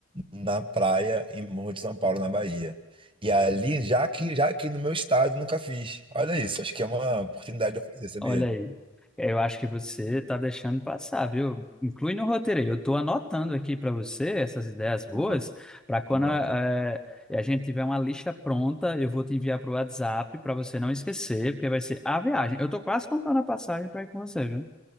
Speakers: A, on the right; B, in the centre.
A: na praia em Morro de São Paulo, na Bahia. E ali, já que já aqui no meu estado, nunca fiz. Olha isso, acho que é uma oportunidade de eu fazer, sabia?
B: Olha aí. Eu acho que você tá deixando passar, viu? Inclui no roteiro aí. Eu tô anotando aqui para você essas ideias boas,
A: nota
B: para quando
A: anota.
B: eh, a gente tiver uma lista pronta, eu vou te enviar pro WhatsApp para você não esquecer, porque vai ser a viagem. Eu tô quase comprando a passagem para ir com você, viu?